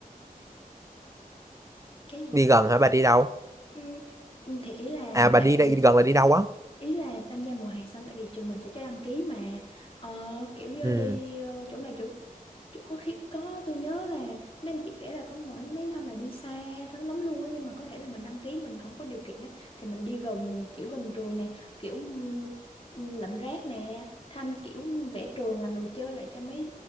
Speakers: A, on the left; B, on the right.
A: cái gì?
B: đi
A: á?
B: gần hả bà đi đâu
A: Ừ, ừ, thì ý là
B: à bà
A: tại
B: đi
A: vì
B: đây đi gần là đi đâu á
A: ý là tham gia mùa hè xanh tại vì trường mình sẽ cho đăng ký mà Ờ, kiểu như
B: ừ
A: đi ờ, chỗ này chỗ chỗ- có khi có tôi nhớ là mấy anh chị kể là có mỗi mấy năm là đi xa lắm lắm luôn á nhưng mà có thể là mình đăng ký mình không có điều kiện á thì mình đi gần kiểu gần trường nè kiểu ừm, lượm rác nè thăm kiểu vẽ trường làm đồ chơi lại cho mấy